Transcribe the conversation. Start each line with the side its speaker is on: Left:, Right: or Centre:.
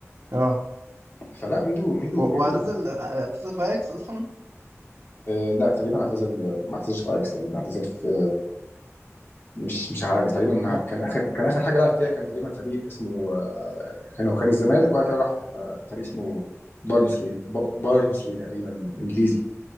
Right: اه
Left: فلا ميدو ميدو
Right: و-
Left: ميدو
Right: واعتزل اعتزل في اياكس اصلا
Left: آه لا تقريبا اعتزل ما اعتزلش في اياكس تقريبا اعتزل في مش مش عارف تقريبا
Right: ما-
Left: كان اخر كان اخر حاجه لعب فيها كان تقريبا فريق اسمه آه كان هو كان الزمالك وبعد كده راح آه فريق اسمه بارنسلي ب- بارنسلي تقريبا انجليزي